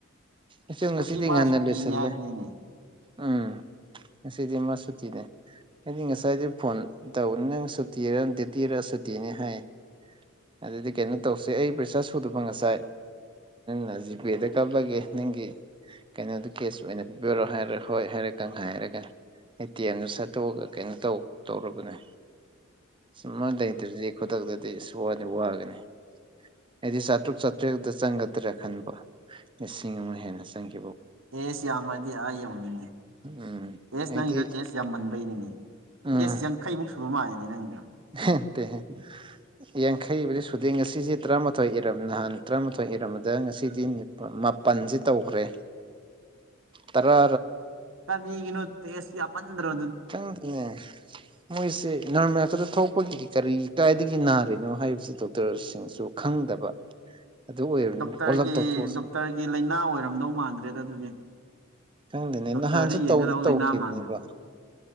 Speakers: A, on the right; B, on the right.
A: ꯑꯗꯣ ꯉꯁꯤꯇ
B: ꯉꯁꯤ ꯃꯥ
A: ꯉꯥꯟꯅ
B: ꯁꯨꯇꯤꯅꯤ
A: ꯂꯣꯏꯁꯤꯂꯦ
B: ꯍꯥꯏꯕꯅꯤꯅꯦ
A: ꯎꯝ ꯉꯁꯤꯗꯤ ꯃꯥ ꯁꯨꯇꯤꯅꯦ ꯑꯩꯗꯤ ꯉꯁꯥꯏꯗꯤ ꯐꯣꯟ ꯇꯧꯕꯅꯤ ꯅꯪ ꯁꯨꯇꯤꯔ ꯗ꯭ꯌꯨꯇꯤꯔ ꯁꯨꯇꯤꯅꯤ ꯍꯥꯏ ꯑꯗꯨꯗꯤ ꯀꯩꯅꯣ ꯇꯧꯁꯤ ꯑꯩ ꯄꯩꯁꯥ ꯁꯨꯗꯕ ꯉꯁꯥꯏ ꯅꯖꯤꯕꯦꯗ ꯀꯄꯒꯦ ꯅꯪꯒꯤ ꯀꯩꯅꯣꯗ ꯀꯦꯁ ꯑꯣꯏꯅ ꯄꯤꯕꯤꯔꯣ ꯍꯥꯏꯔ ꯍꯣꯏ ꯍꯥꯏꯔꯦꯀ ꯍꯥꯏꯔꯒ ꯑꯦ ꯇꯤ ꯑꯦꯝꯗꯨ ꯁꯠꯇꯣꯛꯑꯒ ꯀꯩꯅꯣ ꯇꯧ ꯇꯧꯔꯕꯅꯦ ꯁꯨꯃꯥꯏ ꯂꯩꯇ꯭ꯔꯗꯤ ꯈꯨꯗꯛꯇꯗꯤ ꯁ ꯋꯥꯗꯤ ꯋꯥꯒꯅꯤ ꯑꯩꯗꯤ ꯆꯥꯇ꯭ꯔꯨꯛ ꯆꯥꯇ꯭ꯔꯦꯨꯛꯇ ꯆꯪꯒꯗ꯭ꯔꯥ ꯈꯟꯕ ꯂꯤꯁꯤꯡ ꯑꯃꯨꯛ ꯍꯦꯟꯅ ꯆꯪꯈꯤ
B: ꯇꯦꯁ ꯌꯥꯝꯃꯗꯤ ꯑꯥ ꯌꯧꯅꯤꯅꯦ
A: ꯎꯝ
B: ꯇꯦꯁ
A: ꯑꯩꯗꯤ
B: ꯅꯪꯒꯤꯗꯣ ꯇꯦꯁ ꯌꯥꯝ ꯃꯟꯕꯩꯅꯤꯅꯦ
A: ꯎꯝ
B: ꯇꯦꯁ ꯌꯥꯡꯈꯩꯃꯨꯛ ꯁꯨꯕ ꯃꯥꯜꯂꯦꯅꯦ ꯅꯪꯗꯣ
A: ꯍꯦ ꯌꯥꯡꯈꯩꯕꯨꯗꯤ ꯁꯨꯗꯦ ꯉꯁꯤꯁꯦ ꯇꯔꯥꯃꯥꯊꯣꯏ ꯏꯔꯝ ꯅꯍꯥꯟ ꯇꯔꯥꯃꯥꯊꯣꯏ ꯏꯔꯝꯃꯗ ꯉꯁꯤꯗꯤ ꯅꯤ ꯃꯥꯄꯜꯁꯤ ꯇꯧꯈ꯭ꯔꯦ ꯇꯔꯥ
B: ꯀꯔꯤꯒꯤꯅꯣ ꯇꯦꯁ ꯌꯥꯝꯃꯟꯗꯔꯣ
A: ꯈꯪꯗꯦ ꯃꯣꯏꯁꯦ ꯅꯔꯃꯦꯇꯗ ꯊꯣꯛꯄꯒꯤ ꯀꯔꯤ ꯀꯥꯏꯗꯒꯤ ꯅꯥꯔꯤꯅꯣ ꯍꯥꯏꯕꯁꯤ ꯗꯣꯛꯇꯔꯁꯤꯡꯁꯨ ꯈꯪꯗꯕ ꯑꯗꯨ ꯑꯣꯏꯔꯕꯅꯤꯅ
B: ꯗꯣꯛꯇꯔꯒꯤ
A: ꯄꯨꯂꯞ ꯇꯧꯊꯣꯛꯁꯅꯤ
B: ꯗꯣꯛꯇꯔꯒꯤ ꯂꯥꯏꯅꯥ ꯑꯣꯏꯔꯝꯗꯧ ꯃꯥꯟꯗ꯭ꯔꯦꯗ ꯑꯗꯨꯗꯤ
A: ꯈꯪꯗꯦꯅꯦ
B: ꯗꯣꯛꯇꯔꯗ
A: ꯅꯍꯥꯟꯁꯨ ꯇꯧꯗ
B: ꯌꯦꯡꯒꯗꯧ
A: ꯇꯧꯈꯤꯕꯅꯦꯕ
B: ꯂꯥꯏꯅꯥ ꯃꯥꯟꯗ꯭ꯔꯦ